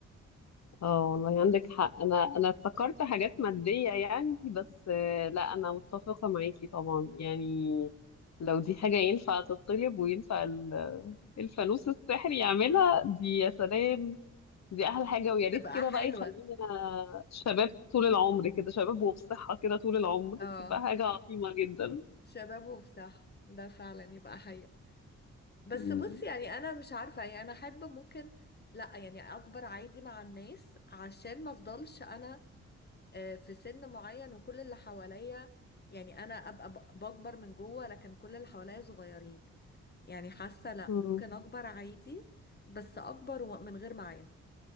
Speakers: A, on the left (about 55°); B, on the left (about 30°).
A: اه والله عندك حق انا انا افتكرت حاجات مادية يعني بس آه، لا انا متفقة معاكي طبعا يعني لو دي حاجة ينفع تطلب وينفع ال- الفانوس السحري يعملها دي يا سلام دي احلى حاجه ويا ريت
B: تبقى
A: كده
B: حلوة
A: بقى يخلينا شباب طول العمر كده شباب وبصحه كده طول العمر
B: اه
A: تبقى حاجه عظيمه جدا
B: شباب وصح ده فعلا يبقى حقيقة بس
A: مم.
B: بصي يعني انا مش عارفة يعني انا احب ممكن لا يعني اكبر عادي مع الناس عشان ما افضلش انا آه، في سن معين وكل اللي حواليا يعني انا ابقى ب- بكبر من جوه لكن كل اللي حواليا صغيرين يعني حاسه لا
A: مم.
B: ممكن اكبر عادي بس اكبر و- من غير معايا